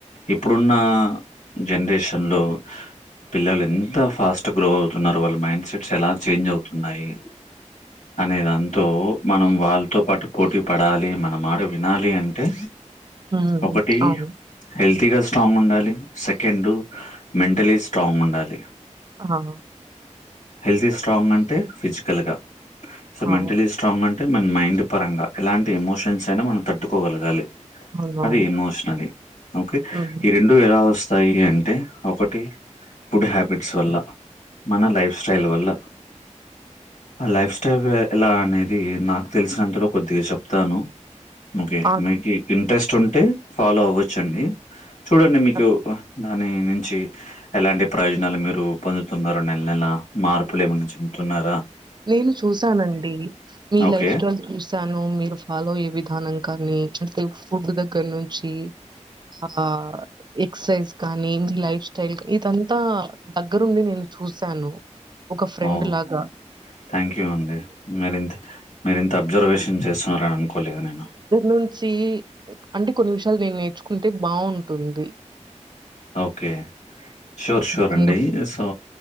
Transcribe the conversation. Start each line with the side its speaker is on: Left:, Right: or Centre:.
Left: ఇప్పుడు ఉన్న జనరేషన్ లో పిల్లలు ఎంత ఫాస్ట్ గ్రో అవుతు ఉన్నారు వాళ్ళ మైండ్ సెట్ స్ చాలా చేంజ్ అవుతు ఉన్నాయి అనే దాంతో మనం వాళ్ళతో పాటు పోటీ పడాలి మన మాడ వినాలి అంటే
Right: హ్మ్.
Left: ఒకటి
Right: అవును.
Left: హెల్త్ త్తిగా స్ట్రాంగ్ ఉండాలి సెకండ్ మెంటలీ స్ట్రాంగ్ ఉండాలి
Right: ఆహా
Left: హెల్త్ స్ట్రాంగ్ అంటే ఫిజికల్గా సో
Right: ఆ!
Left: మెంటలీ స్ట్రాంగ్ అంటే మన మైండ్ పరంగా ఎలాంటి ఎమోషన్స్ అయినా మనం తట్టుకోగలగాలి
Right: అవునవును.
Left: అది ఎమోషనలే ఒకె
Right: హ్మ్.
Left: ఈ రెండ విరవస్ చయి అంటే ఒకటి ఫుడ్ హ్యాబిట్స్ వల్ల మన లైఫ్ స్టైల్ వల్ల ఆ లైఫ్ స్టైల్ ఎలా అనేది నాకు తెలిసినంతలో కొద్దిగా చెప్తాను ఓకే
Right: ఆ!
Left: మీకు ఇంట్రెస్ట్ ఉంటే ఫాలో అవ్వచ్చ అండి చూడండి మీకు
Right: తప్
Left: దాని నుంచి ఎలాంటి ప్రయోజనాలు మీరు పొందుతున్నారో నెల నెల మార్పులు ఏమైన అచ్చి కున్నారా
Right: నేను చూశానండి మీ
Left: ఓకే.
Right: లైఫ్ స్టైల్ చూశాను మీరు ఫాలోయ్యే విధానం కానీ ఐతే ఫుడ్ దగ్గర నుంచి ఆ ఎక్ససైజ్ కానీ మీ లైఫ్ స్టైల్ ఇదంతా దగ్గరుండి నేను చూశాను ఒక ఫ్రెండ్
Left: ఓహ్!
Right: లాగ
Left: థ్యాంక్ యూ అండి మీరింత మీరింత అబ్జర్వేషన్ చేస్తున్నారని అనుకోలేదు నేను
Right: నుంచీ అంటె కొన్ని విషయాలు నేను నేర్చుకుంటె బాగుంటుంది
Left: ఓకే ష్యూర్ షూర్
Right: అందుకు.
Left: అండి సో